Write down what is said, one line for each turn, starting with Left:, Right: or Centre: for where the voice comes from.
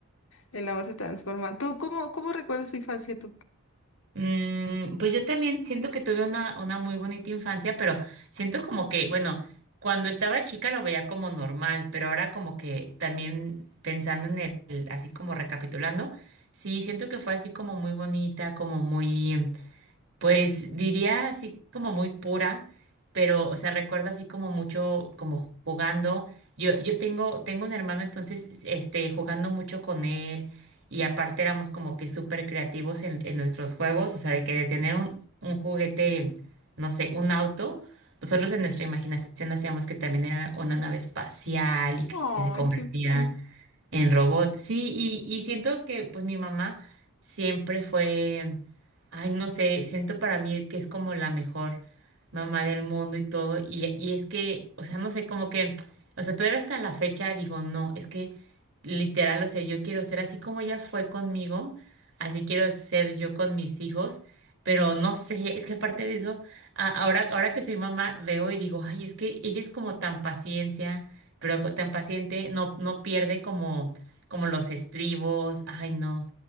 Left: el amor se transforma. ¿Tú cómo, cómo recuerdas tu infancia tú?
Right: Mm, pues yo también siento que tuve una, una muy bonita infancia, pero siento como que, bueno, cuando estaba chica lo veía como normal, pero ahora como que también pensando en el, así como recapitulando, sí, siento que fue así como muy bonita, como muy... Pues diría así como muy pura, pero, o sea, recuerdo así como mucho, como jugando. Yo, yo tengo, tengo un hermano, entonces, este, jugando mucho con él y aparte éramos como que súper creativos en, en nuestros juegos, o sea, de que de tener un, un juguete, no sé, un auto, nosotros en nuestra imaginación hacíamos que también era una nave espacial y que,
Left: Ay,
Right: que se convertía.
Left: qué bonito.
Right: En robot, sí, y, y siento que pues mi mamá siempre fue, ay, no sé, siento para mí que es como la mejor mamá del mundo y todo, y, y es que, o sea, no sé, como que, o sea, todavía hasta la fecha digo, no, es que literal, o sea, yo quiero ser así como ella fue conmigo, así quiero ser yo con mis hijos, pero no sé, es que aparte de eso, a- ahora, ahora que soy mamá, veo y digo, ay, es que ella es como tan paciencia pero co- tan paciente no, no pierde como, como los estribos. Ay, no,